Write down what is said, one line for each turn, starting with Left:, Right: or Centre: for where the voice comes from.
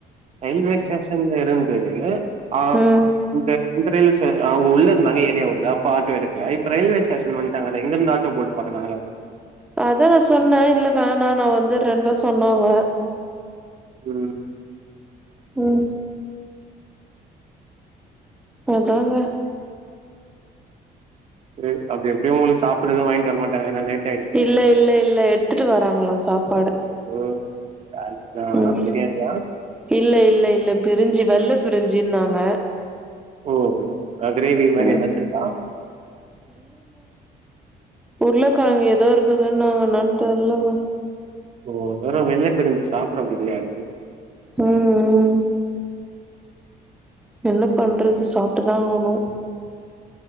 Right: ரயில்வே ஸ்டேஷன்ல இருந்து ஆ
Centre: ம்
Right: இந்த இந்த ரயில் ஸ்டேசன் அவங்க உள்ள இருந்தாங்க ஏரியா உள்ள அப்போ ஆட்டோ எடுக்கலே ரயில்வே ஸ்டேசன் வண்டாங்க அதா எங்கிருந்து ஆட்டோ போட்டு பாக்கனு அதனால
Centre: அதா நா சொன்ன இல்ல வேணா நா வந்துரெண் தா சொன்னாங்க
Right: ம்
Centre: ம் அதாங்க
Right: சேரி அப்டி எப்டியு உங்களுக்கு சாப்புட எது வாங்க்ட்டு வர மாட்டாங்க நா நைட்
Centre: இல்ல இல்ல இல்ல எடுத்துட்டு வராங்களா சாப்பாடு
Right: ஓ தா கிட்டா
Centre: ம்
Right: பிரியாணியா
Centre: இல்ல இல்ல இல்ல பிரிஞ்சு வெள்ள பிரிஞ்சுன்னாங்க
Right: ஓ கிரேவி மாரி
Centre: ம்
Right: எதாச்சிருக்கா
Centre: உர்ளக்கழங்கு ஏதோ இருக்குதுன்னாங்க என்னான் தெர்லங்க
Right: ஓ வெறு வெள்ள பிரிஞ்சு சாப்புட முடியாது
Centre: ம் ம் என்ன பண்றது சாப்ட்டுதா ஆவுணு